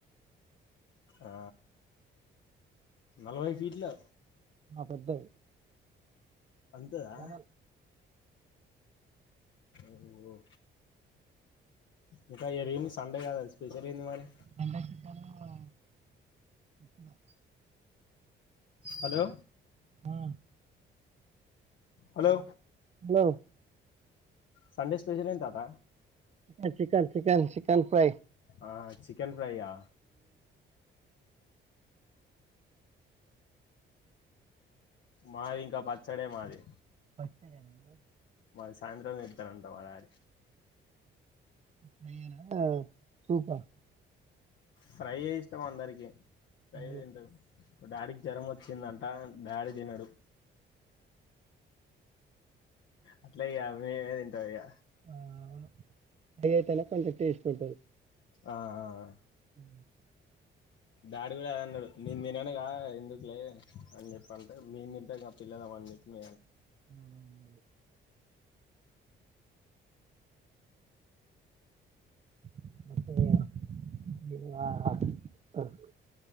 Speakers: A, on the left; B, on the right.
A: ఆ నలభై ఫీట్లా
B: ఆ పెద్దది
A: అంతదా
B: డబల్
A: ఓహో ఇంకా ఏరెమి సండే కాద స్పెషల్ ఏంది మరిీ
B: సండే చికెన్ ఉ ఉప్మా
A: హలో
B: ఆ
A: హలో
B: హలో
A: సండే స్పెషల్ ఎంది తాత
B: chicken chicken chicken chicken fry
A: ఆ చికెన్ ఫ్రైయా మాది ఇంకా పచ్చడే మాది
B: పచ్చడ మీది
A: మాది సాయంత్రం తేతరంట మా డాడీ
B: ఫ్రై యా సూప
A: ఫ్రై ఏ ఇష్టం అందరికి ఫ్రై
B: అవును
A: ఏ తింటరు మా డాడీకి జ్వరం వచ్చిందంట డాడీ తినడు అట్ల అయ్యా మేమే తింటాం ఇగ
B: ఆ ఫ్రై అయితేనే కొంచెం టేస్ట్ ఉంటది
A: ఆ ఆ
B: ఉ
A: డాడీ కూడా అదే అన్నాడు నేను తిినను కా ఎందుకులే అని చెప్ప అంటే మేం తింటాం గా పిల్లలం పండిత్ మే
B: ఆ డి <unintelligible>